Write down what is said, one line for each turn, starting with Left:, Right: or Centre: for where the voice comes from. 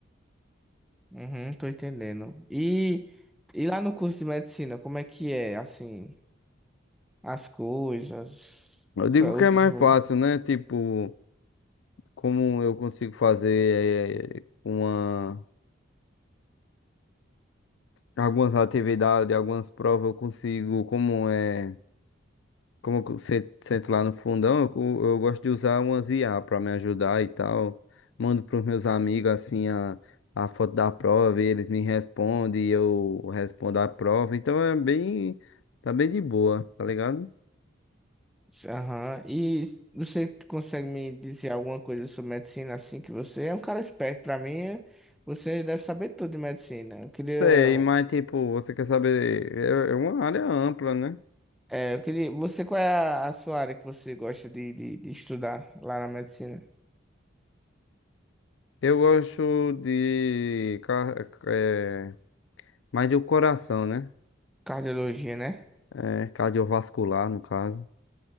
Centre: Uhum, tô entendendo. E... e lá no curso de medicina, como é que é, assim, as coisas,
Left: Eu digo
Centre: o
Left: que é
Centre: desenvol-
Left: mais fácil, né? Tipo, como eu consigo fazer eh, uma, algumas atividades, algumas provas, eu consigo, como é, como eu se- sento lá no fundão, eu, co- eu gosto de usar umas IA para me ajudar e tal. Mando para os meus amigos assim a, a foto da prova, e eles me respondem e eu respondo a prova. Então é bem, tá bem de boa, tá ligado?
Centre: Aham. E você consegue me dizer alguma coisa sobre medicina, assim, que você é um cara esperto, pra mim, você deve saber tudo de medicina. Eu queria
Left: Sei, mas tipo, você quer saber, é é uma área ampla, né?
Centre: É, eu queria. Você, qual é a, a sua área que você gosta de, de, de estudar lá na medicina?
Left: Eu gosto de ca- é, mais do coração, né?
Centre: Cardiologia, né?
Left: É, cardiovascular, no caso.